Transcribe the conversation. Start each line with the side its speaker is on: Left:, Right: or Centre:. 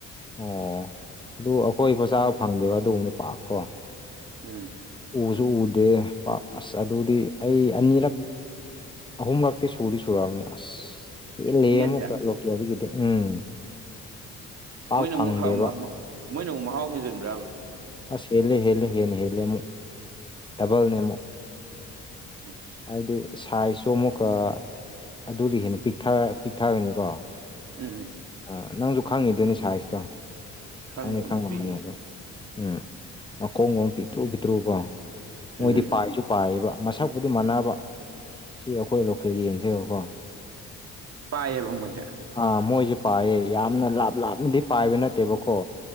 Left: ꯑꯣ ꯑꯗꯨ ꯑꯩꯈꯣꯏ ꯕ ꯆꯥꯥ ꯐꯪꯗꯦꯕ ꯑꯗꯨꯒꯨꯝꯕꯗꯤ ꯄꯥꯛꯀꯣ
Right: ꯎꯝ
Left: ꯎꯁꯨ ꯎꯗꯦ ꯄꯥꯛ ꯑꯁ ꯑꯗꯨꯗꯤ ꯑꯩ ꯑꯅꯤꯔꯛ ꯑꯍꯨꯝꯂꯛꯇꯤ ꯁꯨꯗꯤ ꯁꯨꯨꯔꯝꯃꯅꯤ ꯑꯁ ꯍꯦꯜꯂꯦ
Right: ꯆꯤꯡꯌꯦꯟꯁꯦ
Left: ꯑꯃꯨꯛꯀ ꯂꯣꯀꯦꯜꯒꯤꯗꯤ ꯎꯝ ꯄꯥꯛ
Right: ꯃꯣꯏꯅ
Left: ꯐꯪꯗꯦꯕ
Right: ꯑꯃꯨꯛ ꯍꯥꯎ ꯃ ꯃ ꯃꯣꯏꯅ ꯑꯃꯨꯛ ꯃꯍꯥꯎ ꯍꯦꯟꯖꯤꯟꯕ꯭ꯔꯥꯕ
Left: ꯍꯦꯂꯦ ꯍꯦꯂꯦ ꯍꯦꯂꯦ ꯍꯦꯂꯦ ꯃꯨꯛ ꯗꯕꯜꯅꯦ ꯃꯨꯛ
Right: ꯑꯁ <inaudible>
Left: ꯍꯥꯏꯕꯗꯤ ꯁꯥꯏꯖꯁꯨ ꯑꯃꯨꯛꯀ ꯑꯗꯨꯗꯤ ꯍꯦꯟꯅ ꯄꯤꯛꯊ ꯄꯤꯛꯊꯒꯅꯤꯀꯣ
Right: ꯎꯝ ꯎꯝ
Left: ꯑꯥ ꯅꯪꯁꯨ ꯈꯪꯉꯤꯗꯨꯅꯤ ꯁꯥꯏꯖꯇꯣ
Right: ꯈꯪꯉꯦ
Left: ꯈꯪꯅꯤ ꯈꯪꯉꯝꯃꯅꯤ
Right: ꯄꯤꯛꯑꯦ
Left: ꯑꯗꯣ ꯎꯝ ꯃꯈꯣꯡꯒꯨꯝ ꯄꯤꯛꯇ꯭ꯔꯨ ꯄꯤꯛꯇ꯭ꯔꯨꯀꯣ ꯃꯣꯏꯗꯤ
Right: ꯎꯝ
Left: ꯄꯥꯏꯁꯨ ꯄꯥꯏꯌꯦꯕ ꯃꯁꯛꯄꯨꯗꯤ ꯃꯥꯟꯅꯕ ꯁꯤ ꯑꯩꯈꯣꯏ ꯂꯣꯀꯦꯜ ꯒꯤ ꯌꯦꯟꯁꯤꯒꯀꯣ
Right: ꯄꯥꯢꯌꯦꯕ ꯃꯣꯢꯖꯦ
Left: ꯑꯥ ꯃꯣꯏꯁꯦ ꯄꯥꯏꯌꯦ ꯌꯥꯝꯅ ꯂꯥꯞ ꯂꯥꯞꯅꯗꯤ ꯄꯥꯏꯕ ꯅꯠꯇꯦꯕꯀꯣ